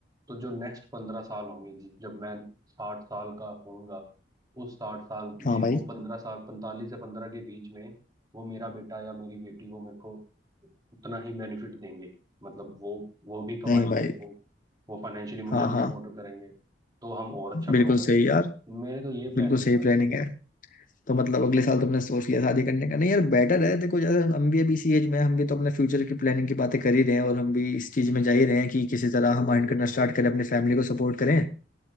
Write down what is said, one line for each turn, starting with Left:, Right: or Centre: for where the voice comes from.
Right: तो जो नेक्स्ट पंद्रह साल होंगे जि- जब मैं साठ साल का होऊंगा उस साठ साल में
Left: हाँ भाई
Right: वो पंद्रह साल पैंतालीस से पंद्रह के बीच में वो मेरा बेटा या मेरी बेटी वो मेरे को उतना ही बेनिफिट देंगे मतलब वो वो भी कमाएंगे
Left: नहीं भाई
Right: वो वो फाइनेंशियली मुझे
Left: हाँ
Right: भी
Left: हाँ
Right: सपोर्ट करेंगे तो हम और अच्छा
Left: बिल्कुल
Right: ग्रो करेंगे
Left: सही यार
Right: मेरे तो ये प्लानिंग
Left: बिल्कुल सही
Right: है भाई
Left: प्लानिंग है तो मतलब अगले साल तुमने सोच लिया शादी करने का नहीं यार बेटर है देखो जैसे हम भी अभी इसी एज में हैं, हम भी तो अपने फ्यूचर की प्लानिंग की बातें कर ही रहे हैं और हम भी इस चीज में जा ही रहे हैं कि किसी तरह हम अर्न करना स्टार्ट करें अपनी फैमिली को सपोर्ट करें